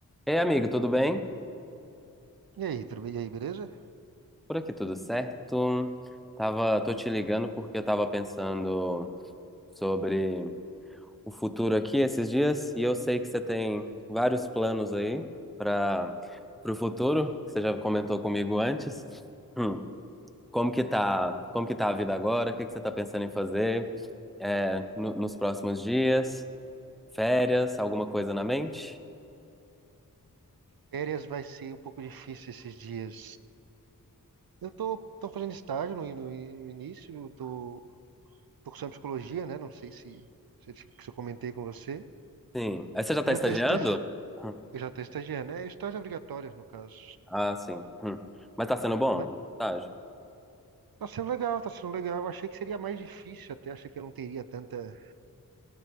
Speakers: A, in the centre; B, on the right (about 85°).
A: Ei, amigo, tudo bem?
B: E aí, tudo bem? E aí, beleza?
A: Por aqui tudo certo? Tava, tô te ligando porque eu tava pensando sobre o futuro aqui esses dias e eu sei que você tem vários planos aí para o futuro, que você já comentou comigo antes. Hum, como que tá, como que tá a vida agora? O que que você tá pensando em fazer é, no- nos próximos dias? Férias? Alguma coisa na mente?
B: Férias vai ser um pouco difícil esses dias. Eu tô, tô fazendo estágio no, no início, eu tô, tô cursando psicologia, né? Não sei se, se, eu te- se eu comentei com você,
A: Sim. Aí você já
B: mas
A: tá estagiando?
B: eu tô estagi...
A: <laughs> Hum,
B: eu já tô estagiando, né? Estágio obrigatório, no caso.
A: Ah, sim. Hum. Mas tá sendo bom?
B: Mas
A: Tá
B: tá sendo legal, tá sendo legal. Eu achei que seria mais difícil até, achei que eu não teria tanta,